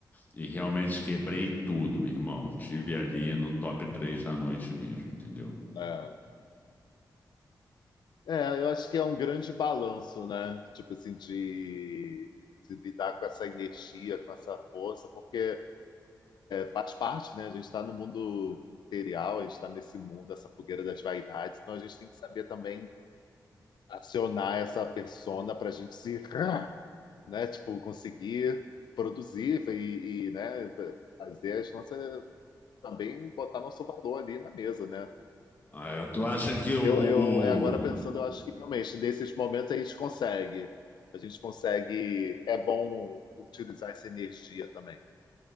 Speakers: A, on the left (about 25°); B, on the left (about 80°).
A: E realmente quebrei tudo, meu irmão. Tive ali no top 3 da noite mesmo, entendeu?
B: É. É, eu acho que é um grande balanço, né? Tipo assim, de, de lidar com essa energia, com essa força, porque. faz parte, né? A gente está no mundo material, a gente está nesse mundo, essa fogueira das vaidades, então a gente tem que saber também acionar essa persona para a gente se, <laughs> né? Tipo, conseguir produzir e, e, né? Fazer as nossas. Também botar nosso valor ali na mesa, né?
A: Ah, tu acha que o.
B: Eu,
A: o,
B: eu é, agora
A: o...
B: pensando, eu acho que realmente, nesses momentos, a gente consegue. A gente consegue. É bom utilizar essa energia também.